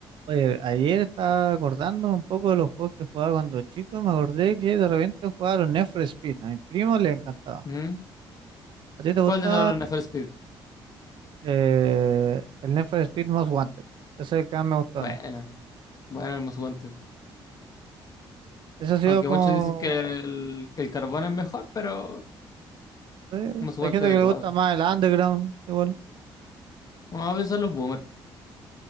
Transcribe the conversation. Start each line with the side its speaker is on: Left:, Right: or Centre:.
Right: Oye, ayer estaba acordando un poco de los juegos que jugaba cuando chico y me acordé que de repente jugaba a los Need for Speed. A mi primo le encantaba.
Left: Ujú.
Right: ¿A ti te gusta
Left: ¿Cuál de todos los NFL Speed?
Right: eh, el Need for Speed Most Wanted? Ese es el que más me gustó
Left: Bueno,
Right: a mí.
Left: bueno, el Most Wanted.
Right: Ese ha sido
Left: Aunque
Right: como...
Left: muchos dicen que el, que el carbón es mejor, pero
Right: eh,
Left: Most Wanted
Right: hay gente
Left: de
Right: que le
Left: God.
Right: gusta más el Underground, igual.
Left: Vamos a ver, son los boomers.